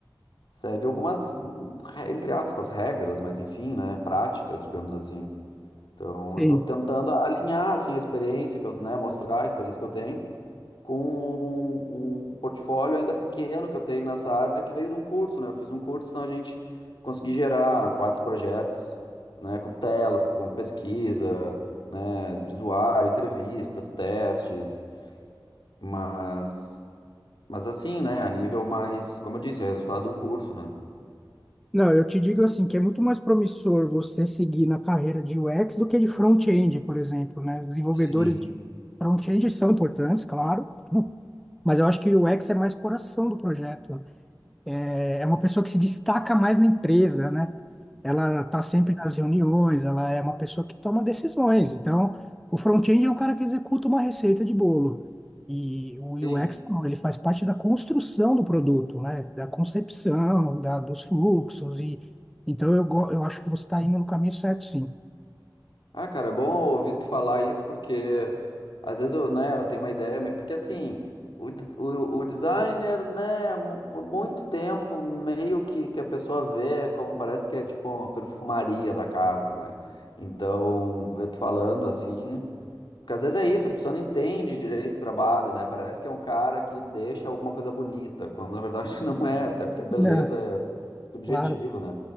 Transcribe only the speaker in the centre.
Sim.
Não, eu te digo assim, que é muito mais promissor você seguir na carreira de UX do que de front-end, por exemplo, né? Desenvolvedores
de front-end são importantes, claro, Mas eu acho que o UX é mais coração do projeto. É é uma pessoa que se destaca mais na empresa, né? Ela está sempre nas reuniões, ela é uma pessoa que toma decisões. Então, o front-end é um cara que executa uma receita de bolo. E o
UX, não, ele faz parte da construção do produto, né? Da concepção, da, dos fluxos. E, então, eu, go- eu acho que você está indo no caminho certo, sim.
É.
Claro,